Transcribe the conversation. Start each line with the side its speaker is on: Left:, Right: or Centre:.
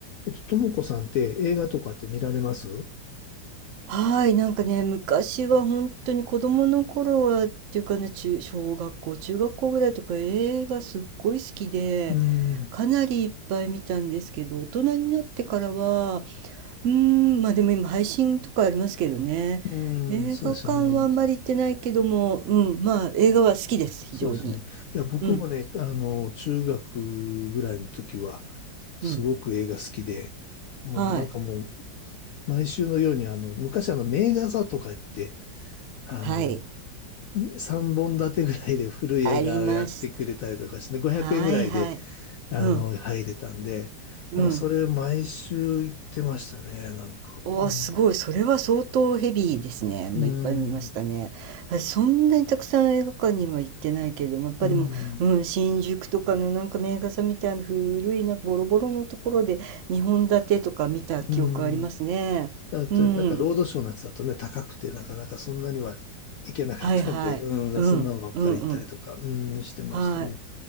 Left: えっと、ともこさんって映画とかって見られますう
Right: はい、なんかね、昔は本当に子供の頃はっていうかね、中小学校、中学校ぐらいとか映画すっごい好きで、
Left: ーん、う
Right: かなりいっぱい見たんですけど、大人になってからは、うーん、ま、あでも今配信とかありますけどね、
Left: ーん、
Right: 映画館はあんまり行ってないけども、
Left: そうですよね。
Right: うん、まあ、映画は好きです、非常に。
Left: そうですよね。いや、僕もね、
Right: うん、
Left: あの、中学ぐらいの時は、すごく映画好きで、
Right: うん。
Left: もうなんかもう、
Right: はい。
Left: 毎週のように、あの、昔あの、名画座とかって、あの、
Right: はい、
Left: 3本立てぐらいで古い映画をやってくれたりとかして、
Right: ありました。
Left: 500円ぐらいで、
Right: はいはい。
Left: あの、
Right: うん、
Left: 入れたんで、
Right: うん。
Left: あそれ毎週行ってましたね、なんか。
Right: おお、
Left: うん。
Right: すごい。それは相当ヘビーですね。もういっぱい見ましたね。
Left: うーん。
Right: 私そんなにたくさん映画館には行ってないけれども、やっぱりもう、
Left: うーん。
Right: うん、新宿とかのなんか名画座みたいな古いなんかボロボロのところで2本立てとか見た記憶ありますね。
Left: うん。あと、
Right: うん。
Left: なんか、ロードショーのやつだとね、高くて、なかなかそんなには行けなかったんで、
Right: はいはい。
Left: うん、
Right: うん。
Left: そんなのばっかり行ったりとか、
Right: うんうん。
Left: うん、してましたね。
Right: はい。